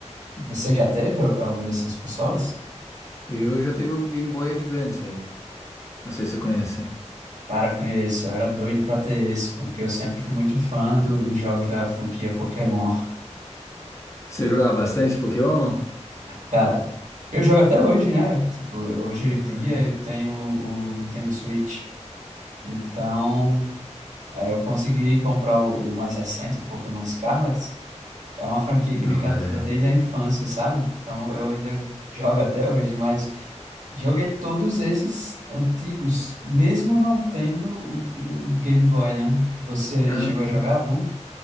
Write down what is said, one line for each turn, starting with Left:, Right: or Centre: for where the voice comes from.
Left: Hum.
Right: Você já teve al- algum desses consoles?
Left: Eu já teve o Game Boy Advance, não sei se você conhece.
Right: Cara, conheço, eu era doido para ter esse, porque eu sempre fui muito fã do- dos jogos da franquia Pokémon.
Left: Você jogava bastante Pokémon?
Right: Cara, eu jogo até hoje, né? Tipo, hoje
Left: Então,
Right: em dia eu tenho o Nintendo Switch. Então, eh, eu consegui comprar o, o mais recente, o Pokémon Scarlet. É uma franquia
Left: que
Right: que
Left: da
Right: me cativa
Left: hora.
Right: desde a infância, sabe? Então, eu ainda <laughs> jogo até hoje, mas joguei todos esses antigos, mesmo não tendo o, o Game Boy, né? Você
Left: Ah,
Right: chegou a jogar algum?